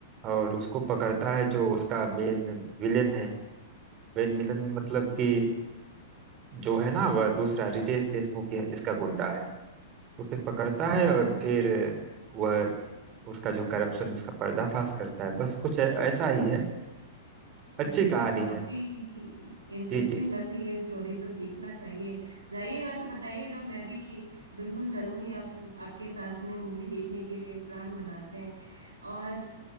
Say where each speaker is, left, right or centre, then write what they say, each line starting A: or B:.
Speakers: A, on the right (about 30°); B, on the right (about 80°).
A: और उसको पकड़ता है जो उसका मेन विलेन है मेन विलेन मतलब
B: अ-
A: कि जो है ना वह दूसरा रितेश देशमुख है इसका गुंडा है उसे पकड़ता
B: अच्छा
A: है और हाँ फिर वह उसका जो करप्शन उसका पर्दाफाश करता है बस कुछ ऐ- ऐसा ही है अच्छी
B: अच्छा
A: कहानी
B: तो काफी
A: है
B: इंटरेस्टिंग
A: जी जी
B: लग रही है स्टोरी तो देखना चाहिए जाइएगा तो बताइएगा मैं भी बिल्कुल चलूंगी आप आपके साथ में मूवी देखने के लिए प्लान बनाते हैं और